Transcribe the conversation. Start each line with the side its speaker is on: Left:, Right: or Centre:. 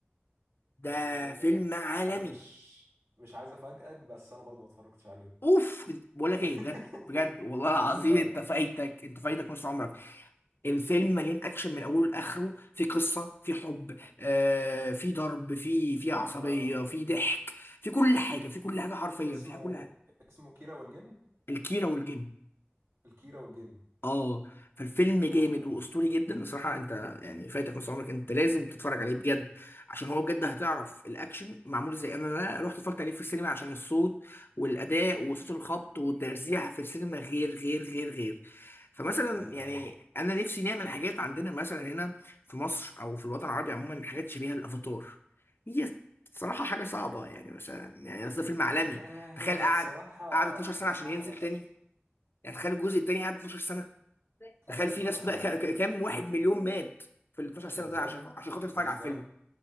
Left: ده
Right: آه
Left: فيلم عالمي
Right: انا مش مش عايز افاجئك بس انا برضو ما اتفرجتش عليه
Left: اوف بقول لك
Right: <laughs>
Left: ايه بجد بجد والله العظيم
Right: والله
Left: انت فايتك انت فايتك نص عمرك الفيلم مليان اكشن من اوله لاخره في قصه في حب آه في ضرب في في عصبيه
Right: اه
Left: في ضحك في كل حاجه في كل حاجه حرفيا
Right: اسمه
Left: في كل حاجه
Right: اسمه كيرة والجن
Left: الكيره والجن
Right: الكيرة والجن
Left: اه فالفيلم
Right: اه
Left: جامد واسطوري جدا الصراحه انت يعني فايتك نص عمرك انت لازم تتفرج عليه بجد عشان هو بجد هتعرف الاكشن معمول زي انا أنا رحت اتفرجت عليه في السينما عشان الصوت والاداء وصوت الخبط والترزيع في السينما غير غير غير غير فمثلا
Right: ايوه
Left: يعني
Right: ايوه
Left: انا نفسي نعمل حاجات عندنا مثلا هنا في مصر او في الوطن العربي عموما حاجات شبيهه للافاتار هي صراحه حاجه صعبه يعني مثلا يعني قصدي فيلم عالمي
Right: آه، هي
Left: تخيل قعد
Right: الصراحة
Left: قعد 12
Right: مش
Left: سنه عشان
Right: صعبة
Left: ينزل
Right: بس
Left: تاني يعني تخيل الجزء التاني
Right: <laughs>
Left: قعد 12 تخيل
Right: يا
Left: في
Right: نهار
Left: ناس
Right: ابيض
Left: بقى ك- ك- كام واحد مليون مات في ال 12
Right: بالظبط
Left: سنه ده عشان عشان خاطر
Right: بالظبط
Left: يتفرج على الفيلم